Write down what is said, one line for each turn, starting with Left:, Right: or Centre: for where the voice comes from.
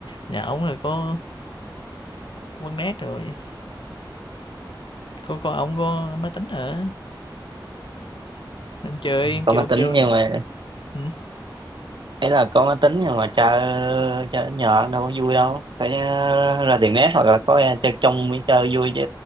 Left: nhà ổng rồi có quán nét rồi có có ổng có máy tính ở em chơi em
Right: có
Left: chơi
Right: máy
Left: ông
Right: tính
Left: kêu
Right: nhưng mà
Left: ừ.
Right: ấy là có máy tính nhưng mà chơi chơi nhỏ đâu có vui đâu phải ờ, ra tiệm net hoặc là có ra chơi trong mới chơi vui chứ